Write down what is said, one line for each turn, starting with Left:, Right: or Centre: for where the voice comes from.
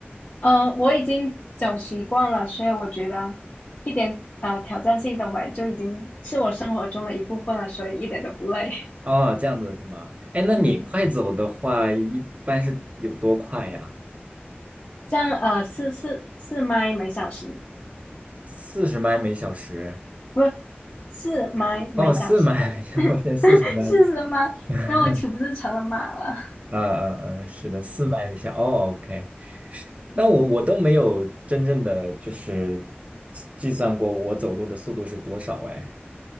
Left: 呃，我已经走习惯了，所以我觉得一点呃挑战性都没有，就已经是我生活中的一部分了，所以一点都不累。
Right: 哦，这样子是吗？
Left: <laughs>
Right: 哎，那你快走的话，
Left: 嗯，
Right: 一般是有多快呀？
Left: 这样呃四四四迈每小时。
Right: 四十迈每小时。
Left: 不是是每每小时
Right: 哦，四迈，<laughs> 我现在四十迈。
Left: <laughs> 是什么？
Right: <laughs>
Left: 那我岂不是成了马了？
Right: 呃呃呃，是的，四百米下，哦，OK。
Left: 嗯，
Right: 但我我都没有真正的就是计算过我走路的速度是多少哎，